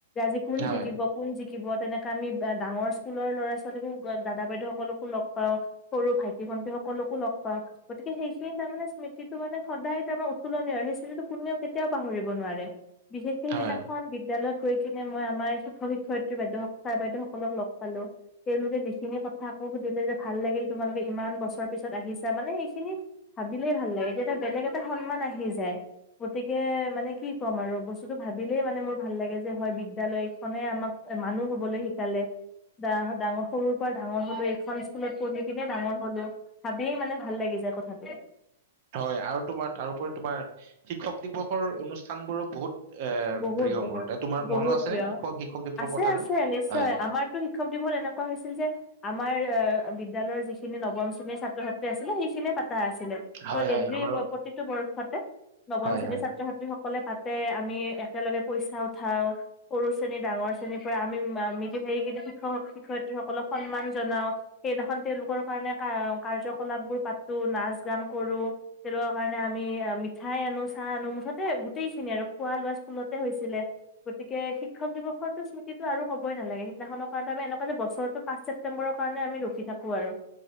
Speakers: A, on the left (about 20°); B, on the right (about 50°).
A: আজি কোন
B: হয়
A: জিকিব কোন জিকিব তেনেকে আমি ডাৰ স্কুলৰ ল'ৰা ছোৱালীকো দাদা বাইদেউ সকলকো লগ পাওঁ সৰু ভাইটি ভন্টি সকলকো লগ পাওঁ গতিকে সেইখিনি তাৰমানে স্মৃতিটো, মানে সদায় তাৰমান উতুলনীয় আৰু সেই স্মৃতিটো কোনেও কেতিয়াও পাহৰিব নোৱাৰে। বিশেষকে সেইদিনাখন
B: হয়
A: বিদ্যালয় কৰি কিনে মই আমাৰ শিক্ষয়ত্ৰী বাইেউ ছাৰ বাইদেউ সকলক লগ পালো তেওঁলোকে যিখিনি কথা আকৌ সুধিলে যে ভাল লাগিল তোমালোকে ইমান বছৰ পিছত আহিছা মানে সেইখিনি ভাবিলেই ভাল লাগে এতিয়া এ বেলেগ এটা সন্মান আহি যায় গতিকে মানে কি ক'ম আৰু বস্তুতটো ভাবিলেই মানে মোৰ ভাল লাগে যে হয় বিদ্যালয়খনে আমাক মানুহ হবলৈ শিকালে বা ডাঙৰ সৰুৰ পৰা ডাঙৰ হলেও এইখন স্কুলত পঢ়ি কিনে ডাঙৰ হলো ভাবিয়েই মানে ভাল লাগি যায় কথাটো
B: হয় আৰু তোমাৰ তাৰোপৰি তোমাৰ শিক্ষক দিৱসৰ অনুষ্ঠান স্থানবোৰো বহুত- এ
A: বহুত
B: প্ৰিয়
A: বহুত
B: মোৰ তা- তোমাৰ
A: বহুত
B: মনত আছেনে
A: প্ৰিয়
B: শিক্ষক শিক্ষক দিৱসৰ
A: আছে
B: কথাবোৰ?
A: আছে নিশ্চয়
B: হয়
A: আমাৰতো শিক্ষক দিৱল এনেকুৱা হৈছিল যে আমাৰ বিদ্যালয়ৰ যিখিনিৰ নম শ্ৰেণীত ছাত্ৰ- ছাত্ৰী আছিল সেইখিনিয়ে। আছিলে
B: হয়
A: এভি
B: হয় আমাৰো
A: প্ৰতিটো বৰ্ষতে নৱম
B: হয়
A: শ্ৰেণীৰ
B: হয়
A: ছাত্ৰ -ছাত্ৰী সকলে পাতে আমি একেলগে পইচা উঠাও সৰু শ্ৰেণী ডাঙৰ শ্ৰেণীৰ পৰা আমি মিলি ভাগি কিনে শিক্ষক শিক্ষয়িত্ৰীসকলক সন্মান জনাও সেইদিনাখন তেওঁলোকৰ কাৰণে কাৰ্যকলাপবোৰ পাতো নাচ গান কৰো তেওঁলোকৰ কাৰণে আমি মিঠাই আনো চাহ আনো মুঠতে গোটেইখিনি আৰু খোৱা লোৱা। স্কুলতে হৈছিলে গতিকে শিক্ষক দিৱসৰো স্মৃতিতটো আৰু ক'বই নালাগে সিদিনাখনৰ কাৰণে আমি এনেকুৱা যে বছৰটো পাঁচ ছেপটেম্বৰৰ কাৰণে আমি ৰখি থাকো আৰু